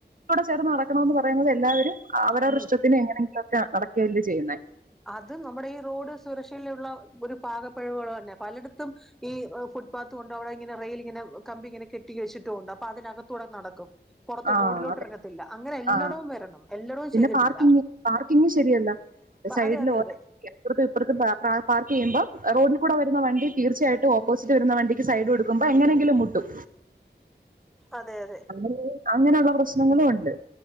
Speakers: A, on the right; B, in the centre.
A: കൂടെ ചേർന്ന് നടക്ണൊണ്ട് പറയുന്നത് എല്ലാവരും അവരവര്ടെ
B: ഉം
A: ഷ്ടത്തിന് എങ്ങനെയെങ്കിലൊക്കെ നടക്ക്കല്ലേ ചെയ്യ്ന്നെ
B: അത് നമ്മടെ ഈ റോഡ് സുരക്ഷയിലുള്ള ഒരു പാകപപ്പിഴവേളന്നെ പലയിട് ത്തും ഈ ഫുട്പാത് കൊണ്ട് അവിടെ യിങ്ങനെ റെയിലിങ്ങനെ കമ്പി ഇങ്ങനെ കെട്ടി കച്ചിട്ടുണ്ട് അപ്പ അതിനകത്തൂട നടക്കും പുറതോട്
A: ആ
B: റോഡിലോട്ടെറങ്ങത്തില്ല
A: അതെ
B: അങ്ങനെ എല്ലാടവും
A: ആ
B: വരണം എല്ലായിടവും
A: പിന്നെ
B: ചെയ്തിട്ടില്ല
A: പാർക്കിങ് പാർക്കിങ്ങ് ശരിയല്ല സൈഡില്
B: അതെ അതെ
A: ഓ
B: അതെ
A: അപ്രത്തു ഇപ്രത്തു പാ പാ പാർക്കിയ്യ്മ്പം റോഡിൽ കൂടെ വരുന്ന വണ്ടി തീർച്ചയായിട്ടും ഓപ്പോസിറ്റ് വരുന്ന വണ്ടിക്ക് സൈഡ് കൊടു കുമ്പ എങ്ങനെങ്കിലും മുട്ടും
B: അതെ അതെ
A: അങ്ങനെ അങ്ങനൊള്ള പ്രശ്നങ്ങളും ഒണ്ട്